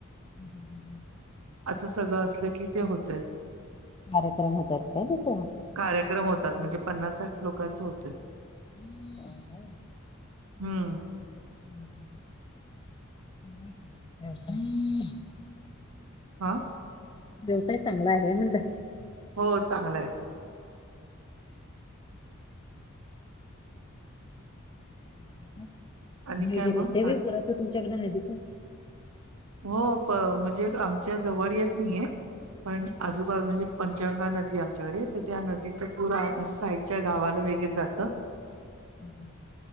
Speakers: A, on the left; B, on the right.
A: ह हं हं.
B: असं सगळं असलं की ते होतेय.
A: कार्यक्रम होतात काय तिथं.
B: कार्यक्रम होतात म्हणजे पन्नास साठ लोकांचं होतय.
A: होय होय.
B: हा.
A: हा हा <unintelligible>
B: हा
A: देवसाय चांगला आहे म्हणड.
B: हो चांगलं आहे.
A: होय काय पाणी
B: आणि काय
A: वगैरे
B: मग
A: येतय
B: बाकी?
A: व्हय पुराच तुमच्याकडं नदीचं.
B: हो म्हणजे आमच्या जवळ येत नाहीे पण आजू वर म्हणजे पंचगंगा नदी आमच्याकडे तर त्या नदीच पूर म्हणजे साईडच्या गावाला वगैरे जातं. <unintelligible>
A: हम् हम